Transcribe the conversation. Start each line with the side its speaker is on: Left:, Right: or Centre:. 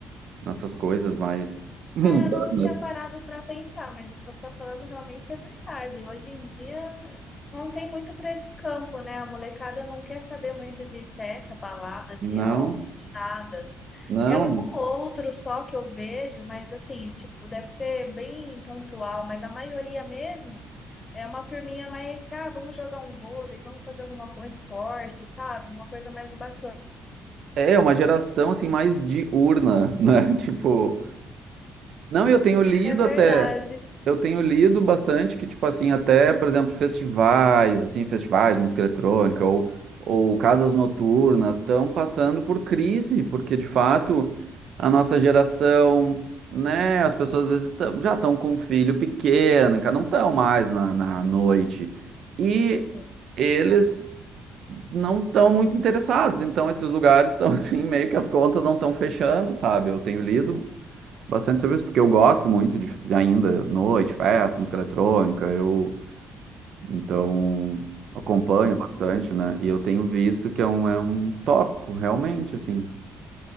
Right: nessas coisas mais mundanas.
Left: É, eu não tinha parado para pensar, mas o que você está falando realmente é verdade. Hoje em dia não tem muito para esse campo, né? A molecada não quer saber muito de festa, balada, de
Right: Não,
Left: álcool, de nada.
Right: não.
Left: É um ou outro só que eu vejo, mas assim, tipo, deve ser bem pontual, mas a maioria mesmo é uma turminha mais, que, ah, vamos jogar um vôlei, vamos fazer alguma coisa, esporte, sabe? Uma coisa mais bacana.
Right: É uma geração assim mais diurna, né? <laughs> Tipo, não, eu tenho lido
Left: É verdade.
Right: até, eu tenho lido bastante que tipo assim, até, por exemplo, festivais, assim, festivais de música eletrônica ou ou casas noturnas estão passando por crise, porque de fato a nossa geração Né, as pessoas às vezes tão- já estão com um filho pequeno, cara, não estão mais na, na noite. E
Left: Sim,
Right: eles não estão muito interessados. Então, esses lugares estão <laughs> assim, meio que as contas não estão fechando, sabe? Eu tenho lido bastante sobre isso, porque eu gosto muito de ainda noite, festa, música eletrônica. Eu então acompanho
Left: entendi.
Right: bastante, né? E eu tenho visto que é um, é um tópico, realmente, assim.